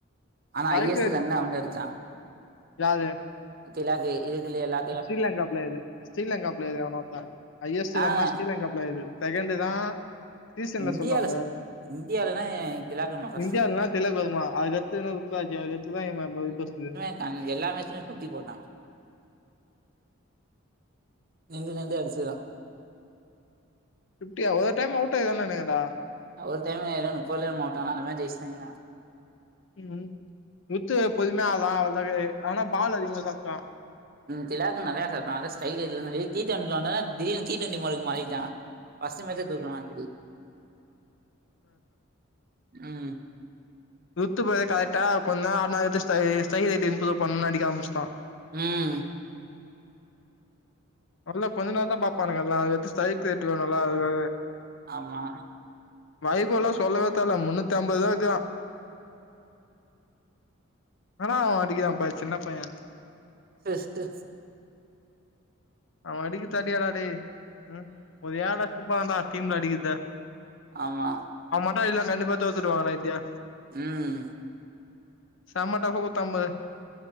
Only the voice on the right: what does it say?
ஆனா
ஹையஸ்ட் ரன் அவன்தா அடுச்சா
திலாக்கு இதுக்குல எல்லாத்
ஆங்க
இந்தியால
சொல் இந்தியாலனா திலாக்ரமா ஃபர்ஸ்ட்டு
நா அன்னைக்கு எல்லா மேட்ச்சுமே சுத்தி போட்ட நிண்டு நிண்டு அடிச்சுதா
ஒரு டைம்ல எதோ முப்பதுலயே மாட்டு ஆனா அந்த மாரி ஜெயிச்சுடாங்கன்னா
திலாக்கு நெறய சாப்ட்டா அத ஸ்டைல் இது தீ டன் லானர் தி என் டி டி டுவெண்ட்டி மால்க்கு மாறிட்டா அசிம் அட்ச்சு தூக்குனா அப்டி ம்
ம்
ஆமா
<unintelligible>
ஆமா
ம்